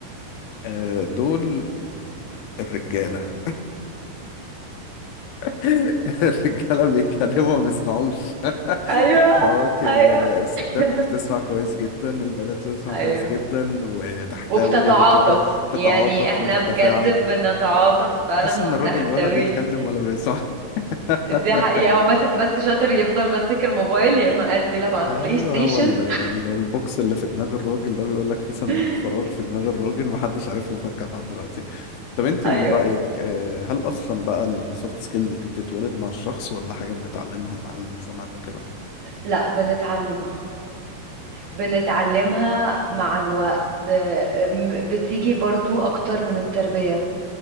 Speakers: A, on the left; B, on the right.
A: آه، دول الرجاله <laughs> <laughs> الرجاله بيتكلموا ما بيسمعوش
B: ايوه
A: <laughs> هو كان
B: ايوه
A: ال- الستات
B: <laughs>
A: بتسمع كويس جدا البنات بتسمع
B: ايوه
A: كويس جدا وتحتوي
B: وبتتعاطف
A: وكده
B: يعني
A: تتعاطف
B: احنا
A: وتتفاعل
B: بجد بنتعاطف فعلا
A: حاسس ان
B: وبنحتوي
A: الراجل ولا بيتكلم ولا بيسمع <laughs>
B: دي حقيقة هو ماسك بس شاطر يفضل ماسك الموبايل يا اما قاعد بيلعب على
A: ايوه
B: البلاي ستيشن
A: هو ال- ال- البوكس اللي في دماغ الراجل ده بيقول لك في صندوق
B: <laughs>
A: فراغ في دماغ الراجل محدش عارف له فكه لحد دلوقتي طب انت
B: ايوه
A: من رأيك آه، هل اصلا بقى السوفت سكيلز دي بتتولد مع الشخص ولا حاجة بنتعلمها مع الزمان وكده
B: لا بنتعلمها بنتعلمها مع الوقت أم، بتيجي برضو اكتر من التربية